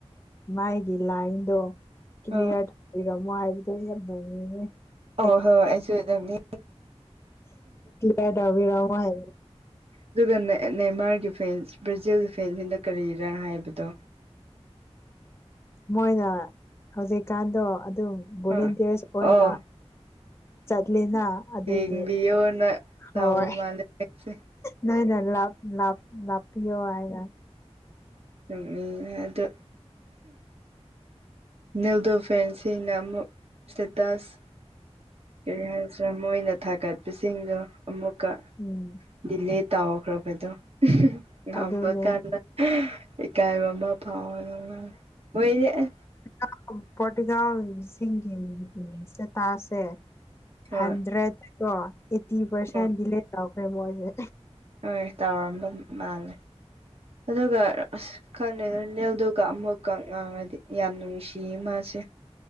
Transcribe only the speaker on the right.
ꯑꯥ ꯑꯣ ꯍꯣꯏ ꯑꯩꯁꯨꯗꯝꯃꯤ꯫
ꯑꯗꯨꯒ ꯅꯦꯟꯃꯥꯔꯒꯤ ꯐꯦꯟꯁ ꯕ꯭ꯔꯥꯖꯤꯜꯒꯤ ꯐꯦꯟꯁꯤꯡꯗ ꯀꯔꯤꯔꯥ ꯍꯥꯏꯕꯗꯣ
ꯑꯥ
ꯑꯣ
ꯌꯦꯡꯕꯤꯌꯣꯅ ꯇꯑꯣ
ꯃꯥꯂꯁꯦ꯫
ꯆꯨꯝꯃꯤ ꯑꯗ ꯅꯤꯜꯗꯣ ꯐꯦꯟꯁꯤꯡꯅ ꯑꯃꯨꯛ ꯏꯁꯇꯦꯇꯥꯁ ꯀꯔꯤ ꯍꯥꯏꯁ ꯃꯣꯏꯅ ꯊꯥꯒꯠꯄꯁꯤꯡꯗꯣ ꯑꯃꯨꯛꯀ
ꯗꯤꯂꯦ ꯇꯥꯎꯈ꯭ꯔꯕꯗꯣ ꯉꯝꯂꯀꯥꯟꯗ
ꯏꯀꯥꯏꯕ ꯑꯃ ꯐꯥꯎ ꯃꯣꯏꯗꯤ ꯃꯣꯏꯌꯦ ꯫
ꯍꯣꯏ
ꯍꯣꯏ
ꯍꯣꯏ ꯇꯧꯔꯝꯕ ꯃꯥꯜꯂꯦ ꯑꯗꯨꯒ ꯑꯁ ꯈꯪꯉꯦ ꯅꯅꯦꯜꯗꯨꯒ ꯑꯃꯨꯛꯀ ꯉꯥꯡꯉꯗꯤ ꯌꯥꯝ ꯅꯨꯡꯁꯤꯌꯦ ꯃꯥꯁꯦ꯫